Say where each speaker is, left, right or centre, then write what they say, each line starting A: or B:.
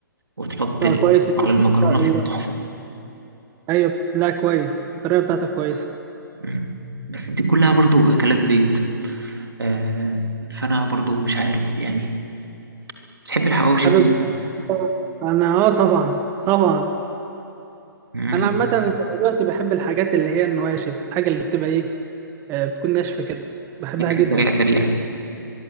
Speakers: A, on the right (about 85°); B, on the right (about 20°).
A: وتحط
B: لا
A: ال-
B: كويس التكنيك
A: على المكرونة
B: بتاع ال-
A: هيبقى تحفة
B: ايوه لا كويس الطريقة بتاعتك كويسة
A: مم. بس دي كلها برضو أكلات بيت آه فأنا برضو مش عارف يعني بتحب الحواوشي
B: حابب
A: دي
B: انا اه طبعا طبعا
A: مم.
B: انا عامة دلوقتي بحب الحاجات اللي هي النواشف الحاجة اللي بتبقى ايه آه، بتكون ناشفة كده بحبها
A: أكل
B: جدا
A: سريع سريع